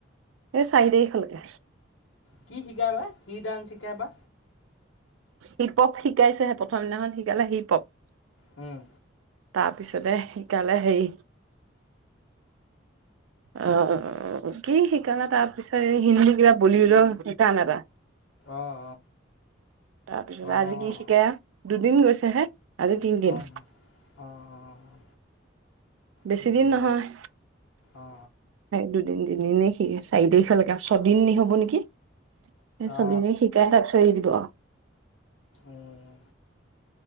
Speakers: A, on the right; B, on the left.
A: এই চাৰি তাৰিখৰলৈকে।
B: কি শিকাবা কি ডান্স শিকাবা?
A: হিপ হপ শিকাইছেহে প্ৰথম দিনাখন শিকালে হিপ হপ।
B: উম।
A: তাৰপিছতে সিকালে হেৰি। অ কি শিকানা তাৰ পিছত এই হিন্দী কাক বলিউদৰ শিকান এটা।
B: অঁ
A: তাৰপিছত
B: অঁ
A: আজি কি শিকাই দুদিন গৈছে হে। আজি তিনদিন।
B: অঁ অঁ অঁ
A: বেছি
B: তাকে
A: দিন নহয়।
B: অ অ
A: এই দুদিন তিনিদিনে স চাৰি তাৰিখেকে ছদিন নিহ'ব নেকি? এই ছদিনীয়ে
B: অ অ
A: শিকাই তাকপিছত এৰি দিলোঁ আও।
B: উম